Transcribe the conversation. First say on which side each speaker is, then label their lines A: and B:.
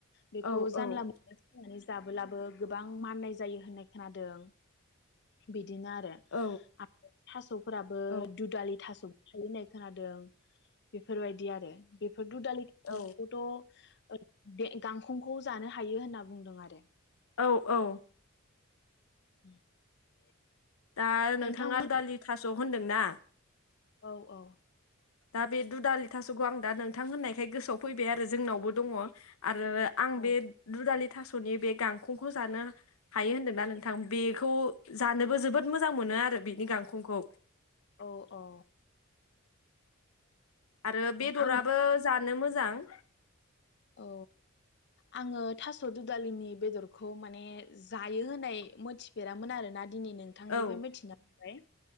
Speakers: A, on the left; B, on the left.
A: बेखौ
B: औ
A: जानला
B: औ
A: मोनला संनानै जाबोलाबो गोबां माननाय जायो होननाय खोनादों बिदि बिदिनो आरो
B: औ
A: थास' फोराबो
B: औ
A: दुदालि थास' <unintelligible> हादों बेफोरबायदि आरो बेफोर दुदालि
B: औ
A: <unintelligible> खौथ' ओ बे गांखंखौ जानो हायो होनना बुंदों आरो
B: औ औ
A: <inaudible>
B: दा नोंथाङा
A: नोंथांमोन
B: दुदालि थास' खौ होनदों ना
A: औ औ
B: दा बे दुदालि थासखौ आं दा नोंथां होननायखाय गोसोआव फैबाय आरो जोंनावबो दङ। आरो आं
A: औ
B: बे दुदालि थास'नि बे गांखंखौ जानो हायो होन्दोंना नोंथां बेखौ जानोबो जोबोद मोजां मोनो आरो बेनि गांखंखौ।
A: औ औ
B: आरो बेदराबो
A: आं
B: जानो मोजां <unintelligible>
A: औ आङो थास' दुदालिनि बेदरखौ माने जायो होनाय मोनथिफेरामोन आरोना दिनै नोंथांनिफ्राय
B: औ
A: मिथिना <inaudible> बाय